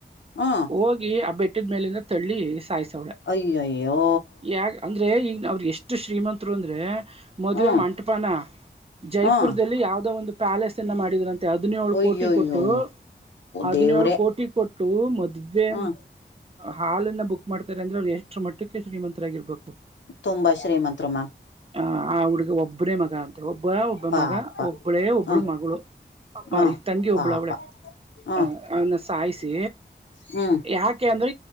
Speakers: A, on the left (about 80°); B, on the right (about 30°).
A: ಹ್ಮ್
B: ಹೋಗಿ ಆ ಬೆಟ್ಟಿದ ಮೇಲಿಂದ ತಳ್ಳಿ ಸಾಯಿಸೋಳೆ
A: ಅಯ್ಯಯ್ಯೋ
B: ಯಾಕ ಅಂದರೆ ಈಗ ಅವ್ರು ಎಷ್ಟು ಶ್ರೀಮಂತರು ಅಂದರೆ ಮದುವೆ
A: ಹ್ಮ್
B: ಮಂಟಪಾನ ಜೈಪುರದಲ್ಲಿ
A: ಹ್ಮ್
B: ಯಾವದೋ ಒಂದು ಪ್ಯಾಲೇಸ್ ಎನ್ನ ಮಾಡಿದ್ರಂತ ಹದಿನೇಳು
A: ಅಯ್ಯಯ್ಯೋ
B: ಕೋಟಿ ಕೊಟ್ಟು ಹದಿನೇಳು
A: ದೇವ್ರೇ
B: ಕೋಟಿ ಕೊಟ್ಟು ಮದ್ವೆ
A: ಹ್ಮ್
B: ಹಾಲನ್ನ ಬುಕ್ ಮಾಡ್ತಾರೆ ಅಂದ್ರೆ ಅವ್ರು ಎಷ್ಟ ಷ್ಟ ಮಟ್ಟಕ್ಕೆ ಶ್ರೀಮಂತರಾಗಿರ್ಬೇಕು
A: ತುಂಬಾ ಶ್ರೀಮಂತರು ಮ್ಯಾಮ್
B: ಹ ಆ ಹುಡ್ಗಿ ಒಬ್ಬರೇ ಮಗ ಅಂತೆ ಒಬ್ಬ ಒಬ್ಬ
A: ಪಾಪ
B: ಮಗ ಒಬ್ಬಳೇ ಒಬ್ಬಳು
A: ಹ್ಮ
B: ಮಗ ಅಮ್ಮ
A: ಹ್ಮ
B: ಈಗ ತಂಗಿ
A: ಪಾಪ
B: ಒಬ್ಬಳು ಅವಳ
A: ಹ್ಮ್
B: ಅ ಅವನ್ನ ಸಾಯಿಸಿ
A: ಹ್ಮ್
B: ಯಾಕೆ ಅಂದ್ರೆ